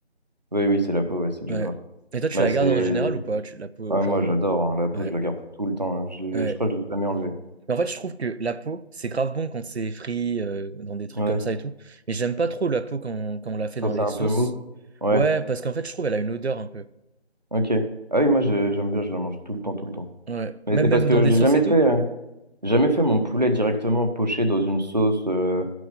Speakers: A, on the right; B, on the right.
A: oui, oui, c'est la peau, ouais, c'est du
B: Ouais.
A: gras.
B: Et toi, tu
A: Bah
B: la
A: c'est.
B: gardes en général ou pas? Tu, la peau,
A: Ah,
B: genre.
A: moi j'adore, hein, la peau,
B: Ouais.
A: je la garde tout le temps. hein. Je l'ai...
B: Ouais.
A: je crois que je l'ai jamais enlevée.
B: Mais en fait, je trouve que la peau, c'est grave bon quand c'est frit, euh, dans des trucs
A: Ouais.
B: comme ça et tout. Mais j'aime pas trop la peau quand, quand on la fait
A: Quand
B: dans
A: c'est
B: des
A: un
B: sauces.
A: peu mou. Ouais,
B: Ouais, parce qu'en fait, je trouve elle a une odeur un peu.
A: ok. Ah oui, moi j'ai- j'aime bien, je la mange tout le temps, tout le temps.
B: Ouais.
A: Mais
B: Même,
A: c'est
B: même
A: parce que
B: dans des
A: j'ai
B: sauces
A: jamais
B: et tout.
A: fait, euh, j'ai jamais fait mon poulet directement poché dans une sauce. euh,